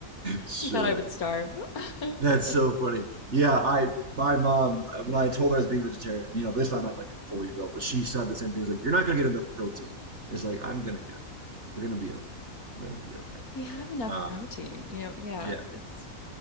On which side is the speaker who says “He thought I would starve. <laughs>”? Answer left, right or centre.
Left